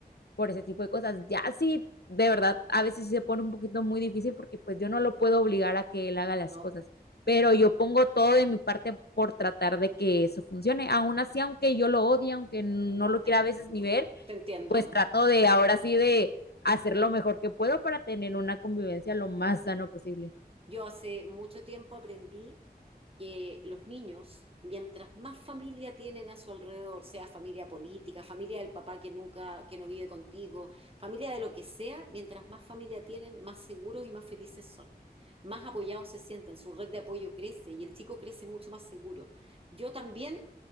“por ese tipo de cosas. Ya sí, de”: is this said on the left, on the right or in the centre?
Left